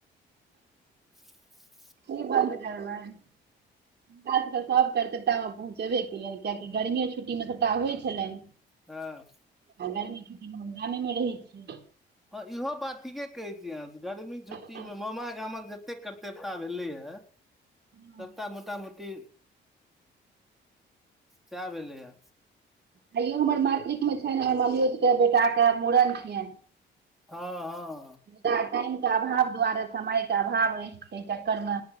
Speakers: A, in the centre; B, on the right.
A: <inaudible>
B: की बन्द करबै हुनका सबके सब कर्तेव्यतामे पहुँचेबे केलियै कियकि गर्मीये छुट्टी मे सबटा होइ छलैन
A: हँ
B: आ ग्रमी छुट्टी मे हम गामे मे रहै छी
A: हँ इहो बात ठीके कहैत छी अहाँसब गर्मी छुट्टीमे
B: हँ
A: मामा गामक जते कतेक कर्तव्यता भेलै या
B: हँ
A: सबटा मोटा मोटी सएह भेलैया
B: आइयो हमर मातृक छनि हमर ममियोत के बेटाक के मूड़न छियनि
A: हँ हँ
B: जा टाइम के अभाव दुआरे समय के अभाव अछि तहि चक्करमे